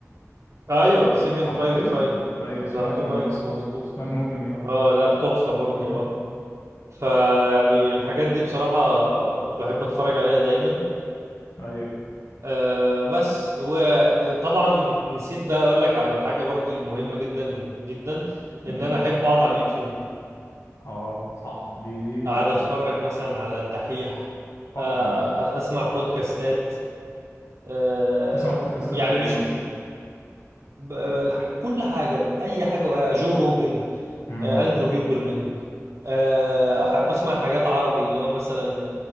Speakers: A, on the right; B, on the left.
A: ايوه سيفينج
B: صح
A: برايفت
B: كده
A: راين
B: ايوه
A: بتاع
B: سمعت
A: توم
B: ان
A: هانكس
B: هو
A: مظبوط
B: سمعت ان هو جميل على فكرة
A: اه لا تحفة برضو
B: امم
A: اه فيعني الحاجات دي بصراحة بحب اتفرج عليها دايما
B: ايوه
A: آه بس وطبعا نسيت بقى اقول لك على الحاجه برضو المهمه جدا جدا
B: من
A: ان انا
B: ال...
A: احب اقعد على اليوتيوب
B: اه صح دي دي برضو
A: اقعد اتفرج مثلا على الدحيح
B: فقرة
A: آه
B: دي
A: اسمع بودكاستات آه
B: تسمع بودكاستات
A: يعني
B: لإيه
A: مش
B: مثلا؟
A: ب- الح-
B: إيه؟
A: كل حاجه بقى اي حاجه بقى. جو روجن
B: امم
A: آه اندرو هيوبرمان آه ح- بسمع حاجات عربي اللي هو مثلا